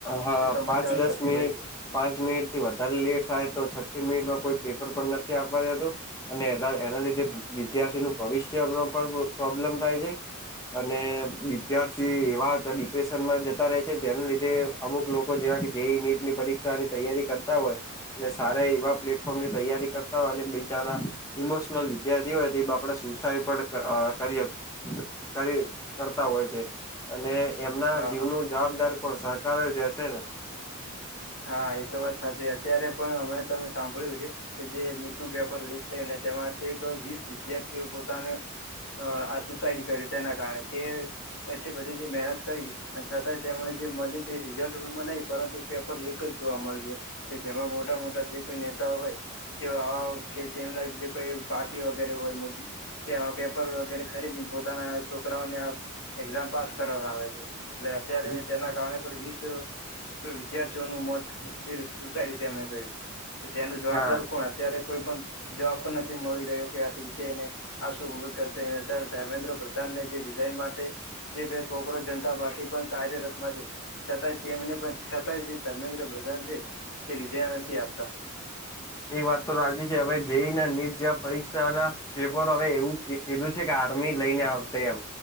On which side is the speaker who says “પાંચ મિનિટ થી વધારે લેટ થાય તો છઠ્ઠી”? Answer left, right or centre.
Left